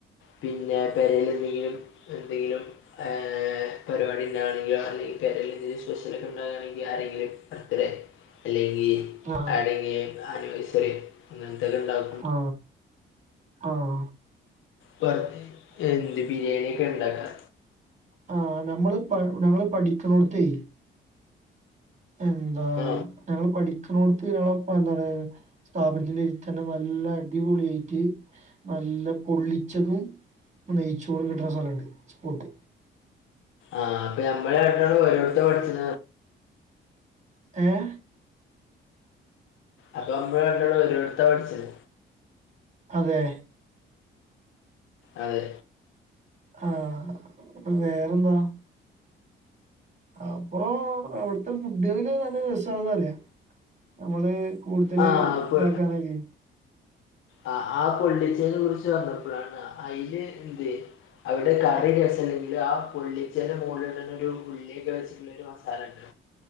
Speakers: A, on the left; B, on the right.
A: പിന്നെ പേരേല് എന്തെങ്കിലും എന്തെങ്കിലും ഏഹ് പരിപാടി ഉണ്ടാവണെ <unintelligible> ആരെങ്കിലും ബർത്ത് ഡേ അല്ലെങ്കി.
B: ആ
A: അവിടെങ്കില് ആനിവേഴ്സറി അങ്ങനത്തേക്ക ഇണ്ടാവും
B: ആഹ ആഹ
A: പറ എന്ത് ബിരിയാണിയ ഒക്കെ ഉണ്ടാക്കാം
B: ആ് നമ്മള് ഞങ്ങള്ൾ പഠിക്കണോടത്തേ ഉന്ത
A: ഹ
B: ഞങ്ങള്ൾ പഠിക്കുന്നോടത്ത് ഞങ്ങളപ്പ എന്താണ് സ്ഥാപനത്തിന്റെ ഇൽ തന്നെ നല്ല അടിപൊളിയായിട്ട് നല്ല പൊള്ളിച്ചതും നെയ് ചോറും കിട്ടണ സ്ഥലുണ്ട് സ്പോർട്ട്
A: ആഹ് അപ്പൊ ഞമ്മള്ണ്ടാളും ഓരോത്ത പഠിച്ച
B: ആഏ
A: അപ്പൊ മ്മള് രണ്ടാളും ഒരുോടത്ത പഠിച്ചത്
B: അതെ
A: അതെ
B: ആഹ് വേറെന്തുവാ അപ്പോ അവിടത്തെ ഫുഡ്ഡുകളിലെ നല്ല രസാവന്നു പറയാം നമ്മളേ കൂടുതല്
A: ആ പൊ
B: ഇതാക്കാനക്കെ
A: ആ ആ പൊള്ളിച്ചേെ കുറിച്ച് വന്നപ്പോഴാണ് അതില് എന്ത് അവിടെ കറി രസംല്ലെങ്കിൽ ആ പൊ ള്ളിച്ചല മുകളിൽ ഒരു ഉള്ളിയൊക്കെ വെച്ചിട്ട മസാല ഉണ്ട്